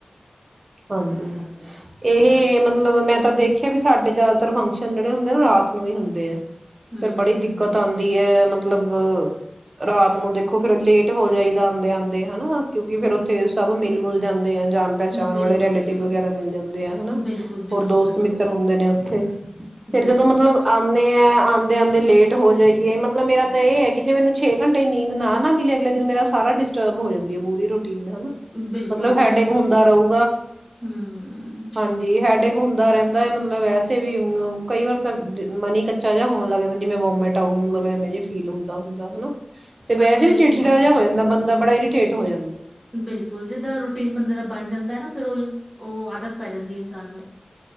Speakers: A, on the right; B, in the centre.
A: ਹਾਂਜੀ, ਇਹ
B: ਹਾਂਜੀ
A: ਮਤਲਬ ਮੈਂ ਤਾਂ ਦੇਖ ਇੱਥੇ ਵੀ ਸਾਡੇ ਜਿਆਦਾਤਰ ਫੰਕਸ਼ਨ ਜਿਹੜੇ ਹੁੰਦੇ, ਰਾਤ ਨੂੰ ਹੀ ਹੁੰਦੇ ਆ।
B: ਹੂੰ
A: ਫੇਰ ਬੜੀ
B: ਹੂੰ ਹੂੰ
A: ਦਿੱਕਤ
B: ਹੂੰ
A: ਆਉਂਦੀ ਹੈ, ਮਤਲਬ ਮਤਲਬ, ਰਾਤ ਨੂੰ ਦੇਖੋ ਫੇਰ ਲੇਟ ਹੋ ਜਾਈਦਾ, ਆਉਂਦੇ- ਆਉਂਦੇ ਹਨਾ ਕਿਉਂਕਿ ਫੇਰ ਉੱਥੇ ਸਭ ਮਿਲ -ਮੁਲ ਜਾਂਦੇ ਆ ਜਾ। ਰੀਐਟੀਵ
B: ਬਿਲਕੁਲ
A: ਵਗੈਰਾ ਮਿਲ ਜਾਂਦੇ ਆ,
B: ਬਿਲਕੁਲ ਬਿਲਕੁਲ
A: ਹੋਰ ਦੋਸਤ
B: ਬਿਲਕੁਲ
A: ਮਿੱਤਰ ਹੁੰਦੇ ਨੇ ਉਥੇ, ਫੇਰ
B: ਬਿਲਕੁਲ
A: ਜਦੋਂ ਮਤਲਬ ਆਉਂਦੇ ਆਂਦੇ ਲੇਟ ਹੋ ਜਾਈਏ, ਮਤਲਬ ਮੇਰਾ ਤਾਂ ਇਹ ਹੈ ਕਿ, ਜੇ ਮੈਨੂੰ ਛੇ ਘੰਟੇ ਹੀ ਨੀਂਦ ਨਾ ਮਿਲੇ, ਅਗਲੇ ਦਿਨ ਮੇਰਾ ਸਾਰਾ ਡਿਸਟਰਬ ਹੋ ਜਾਂਦੀ ਹੈ ਪੂਰੀ ਹਨਾ,
B: ਬਿਲਕੁਲ
A: ਮਤਲਬ
B: ਜਿਹਨੂੰ
A: ਹੈਡਕ ਹੁੰਦਾ ਰਹੂ।
B: ਹੂੰ
A: ਹਾਂਜੀ ਹੈ। ਹੈਡਿਕ ਹੁੰਦਾ ਰਹਿੰਦਾ ਹੈ, ਮਤਲਬ ਵੈਸੇ ਵੀ ਕਈ ਵਾਰ ਤਾਂ ਮਨ ਹੀ ਕੱਚਾ ਜਿਹਾ ਹੋਣ ਲੱਗ ਜਾਂਦਾ, ਜਿਵੇਂ ਵੋਮਿਟ ਆਊਗੀ, ਮਤਲਬ ਐਵੇਂ ਜੇ ਫੀਲ ਹੁੰਦਾ ਹੁੰਦਾ ਹਨਾ। ਤੇ
B: ਬਸ
A: ਵੈਸੇ
B: ਉਹੀਓ
A: ਵੀ ਚਿੜਚਿੜਾ
B: ਜਿੱਦਾਂ
A: ਜਿਹਾ ਹੋ ਜਾਂਦਾ, ਬੰਦਾ। ਬੜਾ ਇਰੀਟੇਟ ਹੋ ਜਾਂਦਾ।
B: ਬਿਲਕੁਲ, ਜਿੱਦਾ ਰੂਟੀਨ ਬੰਦੇ ਦਾ ਬਣ ਜਾਂਦਾ ਹੈ ਨਾ, ਫਿਰ ਉਹ ਉਹ ਆਦਤ ਪੈ ਜਾਂਦੀ ਇਨਸਾਨ ਨੂੰ।